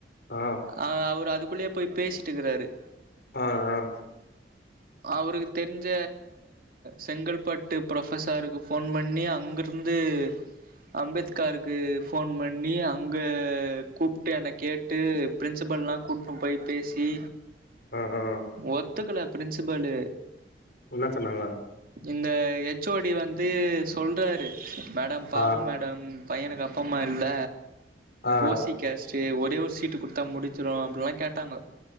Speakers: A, on the left; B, on the right.
A: ஆ,
B: ஆ அவரு அதுக்குள்ளே போய் பேசிட்டு இருக்குறாரு
A: ஆ ஆ
B: அவுருக்கு தெரிஞ்ச செங்கல்பட்டு புரொஃபசாருக்கு ஃபோன் பண்ணி அங்கிரு வந்து அம்பேத்காருக்கு ஃபோன் பண்ணி அங்க கூப்ட்டு என்ன கேட் டு பிரின்சிபல்லா கூட்னு போய் பேசி
A: ஆ, ஆ.
B: ஒத்துக்கல பிரின்சுபலு
A: என்ன சொன்னாங்க
B: எங்க ஹச் ஓ டி வந்து சொல்றாரு மேடம் பாவோ
A: ஆ,
B: மேடம் பையனுக்கு அப்பா அம்மா இல்ல
A: ஆ,
B: ஓ சி கேஸ்ட் டு ஒரே ஒரு சீட்டு குடுத்தா முடிஞ்சிரு அப்டின்லா கேட்டாங்க